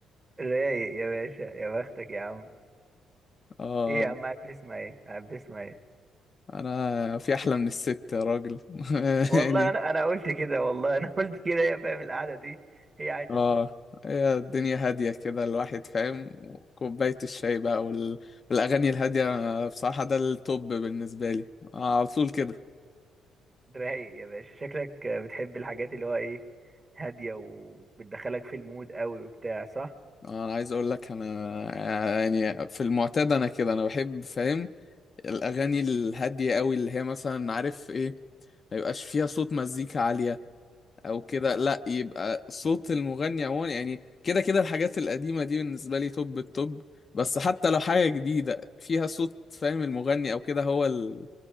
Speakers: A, on the right (about 30°); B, on the left (about 40°).
A: رايق يا باشا يا بختك يا عم
B: اه
A: ايه يا عم قاعد بتسمع ايه قاعد بتسمع ايه
B: انا في احلى من الست يا راجل <laughs>
A: والله
B: يعني
A: انا انا قلت كده والله انا <laughs> قلت كده يا فاهم القعده دي هي عايزه
B: اه
A: الست
B: هي الدنيا هاديه كده الواحد فاهم وكوبايه الشاي بقى وال... والاغاني الهاديه بصراحه ده التوب بالنسبه لي آه على طول كده
A: رايق يا باشا شكلك بتحب الحاجات اللي هو ايه هاديه وبتدخلك في المود قوي وبتاع صح
B: انا عايز اقول لك انا يعني في المعتاد انا كده انا بحب فاهم الاغاني الهاديه قوي اللي هي مثلا عارف ايه ما يبقاش فيها صوت مزيكا عاليه او كده لا يبقى صوت المغني عموما يعني كده كده الحاجات القديمه دي بالنسبه لي توب التوب بس حتى لو حاجه جديده فيها صوت فاهم المغني او كده هو ال-